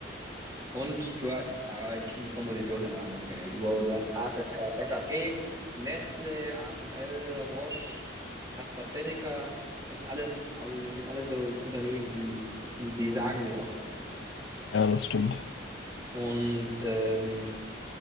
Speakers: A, on the right; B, on the left.
A: Und du hast, aber ich finde die Komposition halt auch mal geil. Wow, du hast AS, äh, SAP, Nestle, ASML, Roche, AstraZeneca. Das sind alles, also das sind alles so Unternehmen, die, die, die sagen dir auch was. So.
B: Ja, das stimmt.
A: Und ähm,